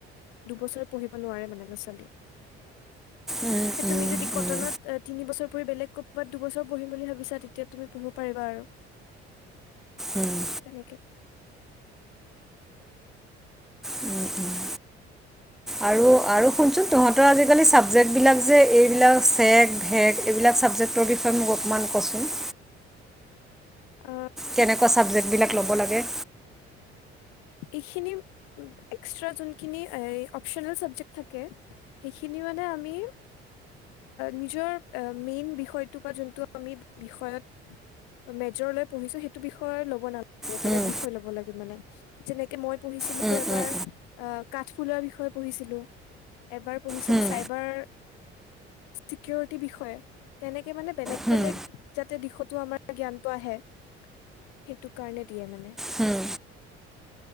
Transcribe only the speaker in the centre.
উম উম
উম
উম
উম উম আৰু শুনচোন তহঁতৰ আজিকালি চাবজেক্ট বিলাক যে এইবিলাক ভ এইবিলাক চাবজেক্টৰ বিষয়ে মোক অকণমান ক'চোন।
কেনেকুৱা চাবজেক্ট বিলাক ল'ব লাগে?
হুম
হুম
হুম
হুম
হুম
হুম